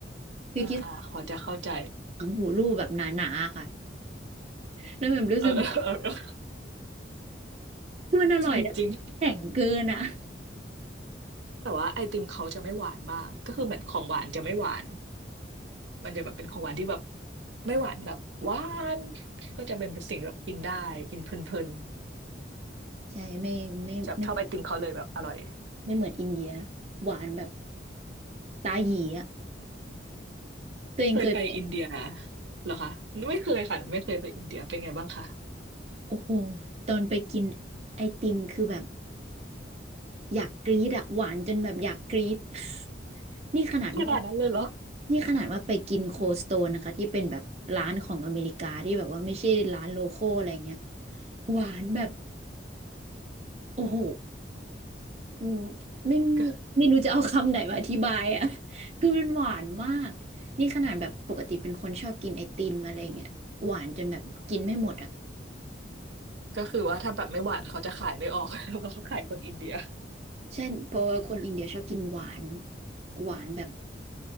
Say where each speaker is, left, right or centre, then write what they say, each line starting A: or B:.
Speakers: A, on the right; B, on the right.
A: คือคิด
B: อ่าอ่าพอจะเข้าใจ
A: ถังหูรูปแบบหนาๆค่ะแล้วแบบรู้สึกเหมือน
B: เออ <laughs> เออเออเออ
A: มันอร่อยนะแข็งเกินอะ
B: จริงจริงแต่ว่าไอติมเขาจะไม่หวานมากก็คือเหมือนของหวานจะไม่หวานมันจะแบบเป็นของหวานที่แบบไม่หวานแบบหวานก็จะเป็นสิ่งแบบกินได้กินเพลิน
A: ใช่ไม่ไม่ไม่
B: ๆจะชอบไอติมเขาเลยแบบอร่อย
A: ไม่เหมือนอินเดียหวานแบบตาหยีอ่ะตัวเองเคยไป
B: เคยไปอินเดียเหรอคะไม่เคยค่ะไม่เคยไปอินเดียเป็นไงบ้างคะ
A: โอ้โหตอนไปกินไอติมคือแบบ อยากกรี๊ดอะหวานจนแบบอยากกรี๊ด <laughs> นี่ขนาดว่า
B: ขนาดนั้นเลยเหรอ
A: นี่ขนาดว่าไปกินโคสโตนนะคะที่เป็นแบบร้านของอเมริกาที่แบบว่าไม่ใช่ร้านโลคอลอะไรเงี้ยหวานแบบโอ้โหอืมไม่
B: ก็
A: ไม่รู้จะเอาคำไหนมาอธิบายอะ <laughs> คือมันหวานมากนี่ขนาดแบบปกติเป็นคนชอบกินไอติมอะไรเงี้ยหวานจนแบบกินไม่หมดอะ
B: ก็คือว่าถ้าแบบไม่หวานเขาจะขายไม่ออก <laughs> เพราะเขาขายคนอินเดีย
A: ใช่เพราะว่าคนอินเดียชอบกินหวานหวานแบบ